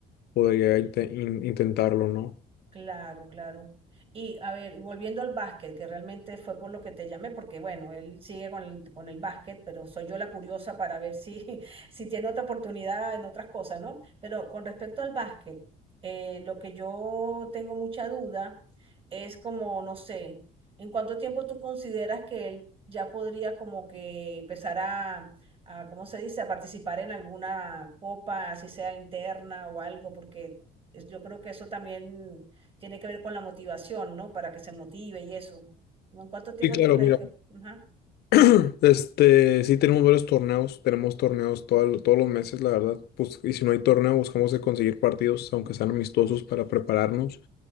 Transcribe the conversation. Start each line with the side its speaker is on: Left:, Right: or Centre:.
Left: podría inte- in- intentarlo, ¿no?
Right: Claro, claro. Y a ver, volviendo al básquet, que realmente fue por lo que te llamé, porque bueno, él sigue con el, con el básquet, pero soy yo la curiosa para ver si, <laughs> si tiene otra oportunidad en otras cosas, ¿no? Pero con respecto al básquet, eh, lo que yo tengo mucha duda es como, no sé, ¿en cuánto tiempo tú consideras que él ya podría como que empezar a, a, ¿cómo se dice?, a participar en alguna copa, así sea interna o algo, porque es- yo creo que eso también tiene que ver con la motivación, ¿no? Para que se motive y eso. ¿No? ¿En cuánto tiempo
Left: Sí, claro,
Right: tú crees
Left: mira,
Right: que...? Ajá,
Left: <clears throat> este, sí tenemos varios torneos, tenemos torneos todo- todos los meses, la verdad, pues, y si no hay torneo, buscamos de conseguir partidos, aunque sean amistosos, para prepararnos.